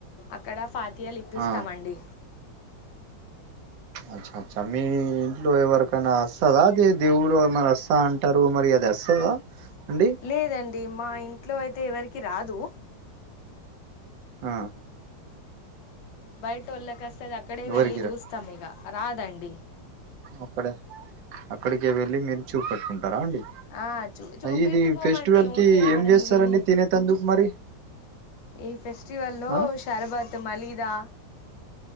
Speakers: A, on the left; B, on the right.
A: అక్కడ ఫాతియాలు ఇప్పిస్తామండి
B: ఆ అచ్చ అచ్చ మీ ఇంట్లో ఎవరికైనా అస్తదా దే దేవుడు ఏమన అస్త అంట అంటారు మరి వస్తదా అండి
A: లేదండి మా ఇంట్లో అయితే ఎవరికి రాదు
B: ఆ
A: బైటోళ్ళకి వస్తది అక్కడే
B: ఎవరికి
A: వెళ్ళి చూస్తాం
B: రా
A: ఇక రాదండి
B: అక్కడే అక్కడికి వెళ్ళి మీరు చూపట్టుడి ఉంటారా అండి
A: ఆ చూ చూపెట్టుకోమండి
B: ఇది ఫెస్టివల్
A: ఓన్లీ
B: కి
A: అక్కడ
B: ఏం చేస్తారండి
A: వెళ్ళి
B: తినే తందుకు మరి
A: ఈ ఫెస్టివల్ లో
B: ఆ
A: శరబత్ మలీదా